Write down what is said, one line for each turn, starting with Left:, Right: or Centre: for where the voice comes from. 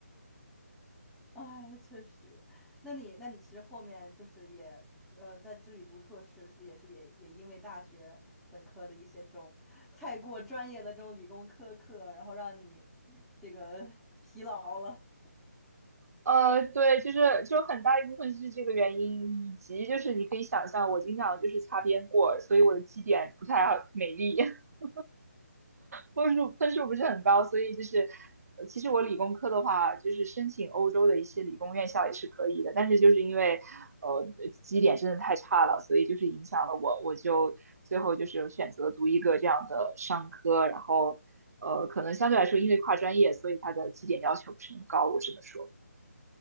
Centre: <laughs> 哎，确实。那你，那你其实后面就是也呃，在这里读硕士，是不是也是也也因为大学本科的一些这种太过专业的这种理工科课，然后让你这个 <laughs> 疲劳了
Right: 呃，对，就是就很大一部分是这个原因，以及就是你可以想象，我经常就是擦边过，所以我的绩点不太好美丽，<laughs> 分数分数不是很高，所以就是呃其实我理工科的话，就是申请欧洲的一些理工院校也是可以的，但是就是因为呃绩点真的太差了，所以就是影响了我，我就最后就是选择读一个这样的商科，然后呃可能相对来说因为跨专业，所以它的绩点要求不是那么高，我只能说，